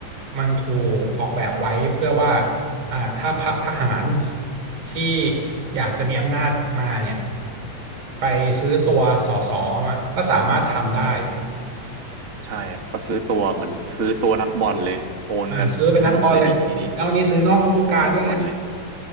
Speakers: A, on the right; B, on the right.
A: มันถูกออกแบบไว้เพื่อว่าอ่าถ้าพรรคทหารที่อยากจะมีอำนาจมาเนี่ยไปซื้อตัวสสมาก็สามารถทำได้
B: ใช่ครับก็ซื้อตัวเหมือนซื้อตัวนักบอลเลยโอนกันสนุกเลยดีทีนี้
A: อ่าซื้อเป็นนักบอลเลยแล้ววันนี้ซื้อนอกฤดูกาลด้วยนะ
B: ซื้อนักบอลเลย